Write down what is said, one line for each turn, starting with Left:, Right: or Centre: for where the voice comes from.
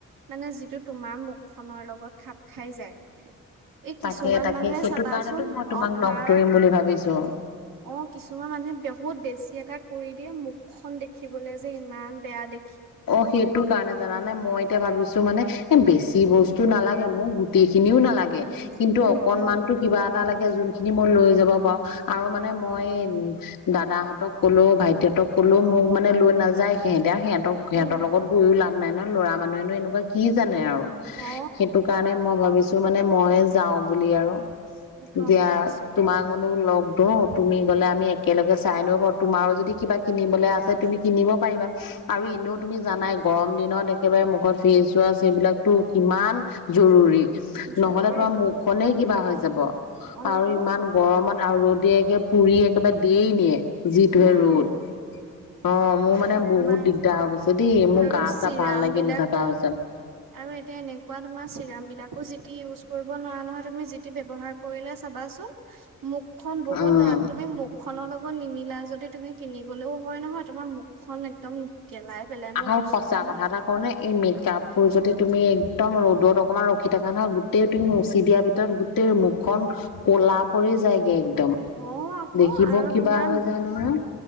Right: মানে যিটো তোমাৰ মুখ খনৰ লগত খাপ খাই যায় এই কিছুমান
Left: তাকে তাকে
Right: মানুহে
Left: সেইটো
Right: চাবাচোন
Left: কাৰণেতো মই তোমাক
Right: অভাৰ
Left: লগ ধৰিম বুলি ভাবিছো
Right: অ কিছুমান মানুহে বহুত বেছি এটা কৰি দিয়ে মোক মুখখন দেখিবলৈ যে ইমান বেয়া দে
Left: অ সেইটো কাৰণে জানানে মই এতিয়া ভাবিছো মানে এ বেছি বস্তু নালাগে মোৰ গোটেই খিনিও নালাগে কিন্তু
Right: উম
Left: অকনমান
Right: উম
Left: টো কিবা এটা লাগে। যোনখিনি মই লৈ যাব পাৰো আৰু মানে মই দাদাহঁতক কলো ভাইটিহতক কলো মোক মানে লৈ নাযায় সিহঁতে আৰু সিহঁত সিহঁতৰ
Right: উম।
Left: লগত গৈও লাভ অনলাইনত ল'ৰা মানুহেনো এনেকুৱা কি জানে আৰু।
Right: অ
Left: সেইটো কাৰণে মই ভাবিছোঁ ক'ৰবালে মানে মই যাওঁ বুলি আৰু
Right: গম
Left: দিয়া
Right: পাইছো
Left: তোমাক বোলো লগ তু তুমি গ'লে আমি একেলগে চাই ল'ব। তোমাৰো যদি কিবা কিনিবলে আছে তুমি কিনিব পাৰিবা? আৰু এনেও তুমি জানাই গৰম দিনত একেবাৰে মুখত ফেচৱাছ এইবিলাকতো কিমান জৰুৰী।
Right: জৰুৰীটো
Left: নহলে তোমাৰ মুখখনেই কিবা হৈ যাব।
Right: অ
Left: আৰু
Right: তো
Left: ইমান গৰমত আৰু ৰ'দে একে পুৰি একেবাৰে দেয় নিয়ে। যিটোহে
Right: উম
Left: ৰ'দ। অ মোৰ
Right: আৰু
Left: মানে বহুত
Right: তোমাৰ
Left: দিগদাৰ হৈ গৈছে দেই মোৰ
Right: আৰু
Left: গা
Right: চিৰাম
Left: চা ভাল লাগি
Right: বিলাকো
Left: নাথাকা হৈছে
Right: আৰু এতিয়া এনেকুৱা তোমাৰ চিৰাম বিলাক এইবোৰ যিতি ইউজ কৰিব নোৱাৰা নহয়। তুমি যিতি ব্যৱহাৰ কৰিলে চাবাচোন? মুখখন বহুত
Left: উম
Right: ডাঠ তুমি মুখ খনৰ লগত, নিমিলা যদি তুমি কিনিবলেও হয় নহয়। তোমাৰ মুখখন একদম গেলাই পেলাই মই
Left: আৰু
Right: কৈছো
Left: সঁচা
Right: নহয়।
Left: কথা এটা কওঁনে এই মেকাপবোৰ যদি তুমি একদম ৰ'দত অকণমান ৰখি থাকা নহয় গোটেই তুমি মুচি দিয়াৰ ভিতৰত গোটেই মুখখন ক'লা পৰি যায়গে। একদম।
Right: অ' আকৌ
Left: দেখিব
Right: আৰু
Left: কিবা
Right: তোমাৰ
Left: হৈ যায় নহয়